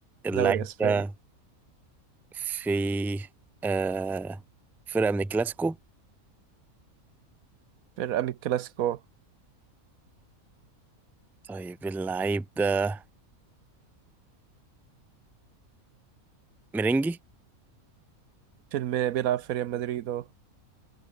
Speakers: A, in the centre; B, on the right.
A: اللعيب
B: دوري اسباني
A: ده في آه فرقة من الكلاسيكو
B: فرقة من الكلاسيكو
A: طيب اللعيب ده مرنجي
B: فيلم بيلعب في ريال مدريد اه